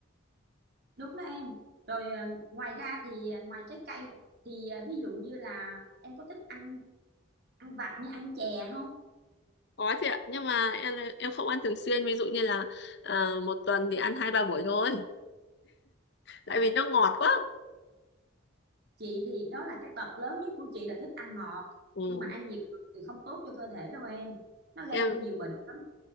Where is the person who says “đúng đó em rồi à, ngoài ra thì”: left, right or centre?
Right